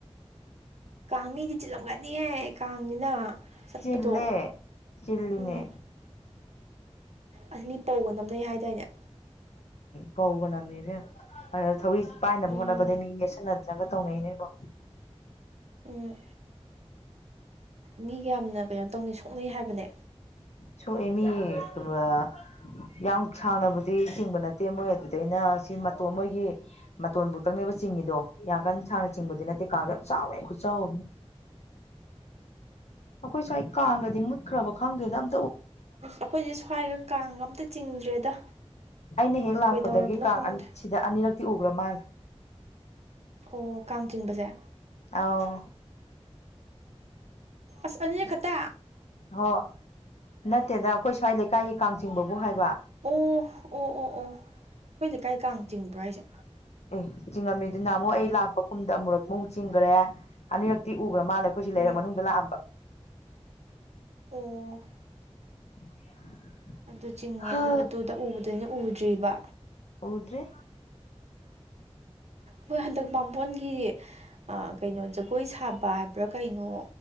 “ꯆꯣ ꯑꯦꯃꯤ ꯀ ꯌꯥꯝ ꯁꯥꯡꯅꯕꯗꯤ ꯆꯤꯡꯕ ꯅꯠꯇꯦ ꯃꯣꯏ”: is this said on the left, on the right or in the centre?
Left